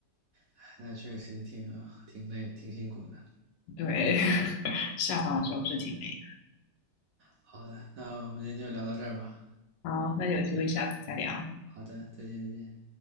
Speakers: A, on the right (about 70°); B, on the left (about 85°).
A: 哎那确实挺挺累，挺辛苦的。
B: 对，<laughs> 下班之后是挺累的。
A: 好的，那我们今天就聊到这儿吧。
B: 好，那有机会下次再聊。
A: 好的，再见，再见。